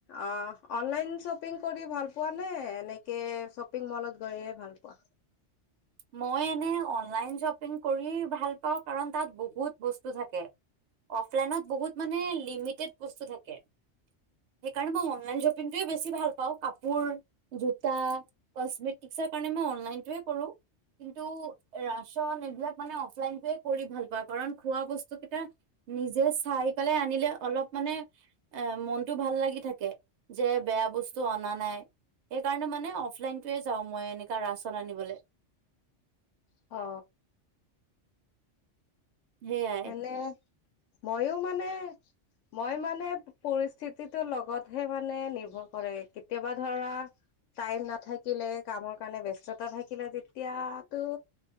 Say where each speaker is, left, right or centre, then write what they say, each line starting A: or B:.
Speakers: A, on the left; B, on the right.
A: অ অনলাইন শ্বপিং কৰি ভাল পোৱা নে এনেকে শ্বপিং মলত গৈহে ভাল পোৱা?
B: মই অনলাইন শ্বপিং কৰি ভাল পাওঁ কাৰণ তাত বহুত বস্তু থাকে। অফলাইনত বহুত মানে লিমিটেড বস্তু থাকে। সেইকাৰণে মই অনলাইন শ্বপিং টো এ বেছি ভাল পাওঁ কাপোৰ, জোটা, কচমেটিকচৰ কাৰণে মই অনলাইন টো এ কৰো। কিন্তু ৰাচন এই বিলাক মানে অফলাইন টোৱে কৰি ভাল পাওঁ কাৰণ খোৱা বস্তু কেইটা নিজে চাই পেলায় আনিলে অলপ মানে মনটো ভাল লাগি থাকে যে বেয়া বস্তু অনা নাই সেই কাৰণে মানে অফলাইন টোৱে যাওঁ মই এনেকা ৰাচন আনিবলৈ।
A: অ।
B: সেইয়াই
A: এনে। মইয়ো মানে মই মানে পৰিস্থিতিটোৰ লগতহে মানে নিৰ্ভৰ কৰে। কেতিয়াবা ধৰা টাইম নাথাকিলে কামৰ কাৰণে ব্যস্ততা থাকিলে তেতিয়াতো